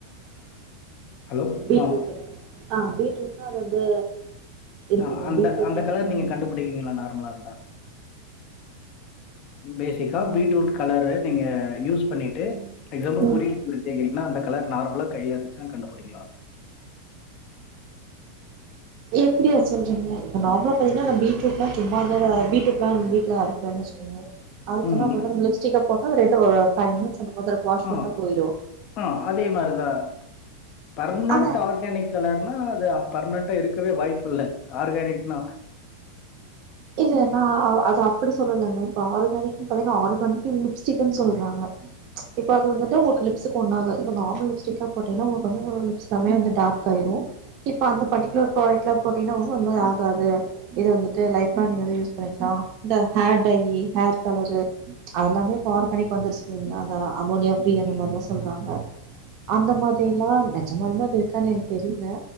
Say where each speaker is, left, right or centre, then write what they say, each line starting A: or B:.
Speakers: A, on the left; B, on the right.
A: ஹலோ
B: பீட்ரூட்டு
A: ஆ
B: ஆ பீட்ரூட்னா அது வந்து இருக்கு
A: ஆ
B: இல்லையா
A: அந்த
B: பீட்ரூட்டு
A: அந்த கலர் நீங்க கண்டுபுடிக்கீங்களா நார்மலா இருந்தா பேசிக்கா பீட்ரூட் கலரு நீங்க யூஸ் பண்ணிட்டு எக்ஸாம்பிள்
B: ம்
A: புரி <unintelligible> கேக்குறீங்கன்னா அந்த கலர் நார்மலா கைல இருந்ச்சுனா கண்டுபுடிக்கலா
B: எப்டி அது சொல்றீங்க இப்ப நார்மலா பாத்தீங்கன்னா இந்த பீடரூட்லா சும்மா இந்த பீட்ரூட்லா நம்ம வீட்ல அறுக்குனு சொ அறுத்தோனா
A: ம்
B: அது வந்து நம்ம லிப்ஸ்டிக்கா போட்டா அது ரெண்டு ஒரு ஃபை மினிட்ஸ் அந்த மாதிரி வாஷ் பண்ட்டா
A: ஆ
B: போயிரு
A: ஆ அதே மாரிதா பர்மனன்ட்
B: ஆனால்
A: கலர்னா அது பர்மனன்ட்டா இருக்கவே வாய்ப்பு இல்ல ஆர்கானிக்னா
B: இல்ல நா அவு அது அப்புடி சொல்லலங்க இப்ப ஆர்கானிக்குன்னு பாத்தீங்கன்னா ஆர்கானிக்கு லிப்ஸ்டிக்குன்னு சொல்றாங்க இப்ப அது வந்துட்டு உங்களுக்கு லிப்ஸ்க்கு ஒன்னு ஆகாது இப்ப நார்மல் லிப்ஸ்டிக்கா போட்டீங்கன்னா உங்களுக்கு வந்து ஒரு லிப்ஸ் எல்லாமே வந்து டார்க் ஆயிரு இப்ப அந்த பர்ட்டிகுலர் ப்ராடக்ட்லா போட்டீங்கன்னா ஒன்னுமே ஆகாது இது வந்துட்டு லைஃப்லாங் நீங்க வந்து யூஸ் பண்ணிக்கலா இந்த ஹேர் டையி ஹேர் கலரு அதெல்லாமே இப்ப ஆர்கானிக் வந்துருச்சு இல்லீங்களா அந்த அமோனியா ஃப்ரீ அந்த மாரில்லா சொல்றாங்க அந்த மாதிரில்லா நெஜமாலுமே அது இருக்கான்னு எனக்கு தெரியில